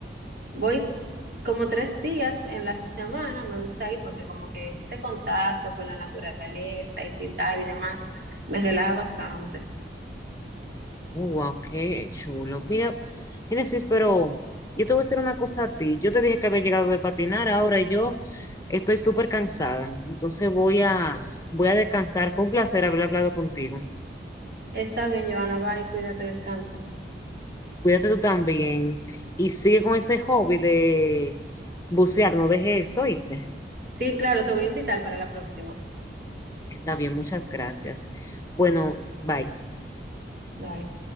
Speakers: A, on the right (about 60°); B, on the left (about 20°).
A: voy como tres días en la semana, me gusta ir porque como que ese contacto con la naturaleza y pintar y demás me relaja bastante.
B: Oh, wow, qué chulo. Mira, Génesis, pero yo te voy a decir una cosa a ti. Yo te dije que había llegado de patinar, ahora yo estoy súper cansada. Entonces voy a, voy a descansar. Fue un placer haber hablado contigo.
A: Está bien, Joana, bye, cuídate, descansa.
B: Cuídate tú también y sigue con ese hobby de bucear, no dejes eso, ¿oíste?
A: Sí, claro, te voy a invitar para la próxima.
B: Está bien, muchas gracias. Bueno, bye.
A: Bye.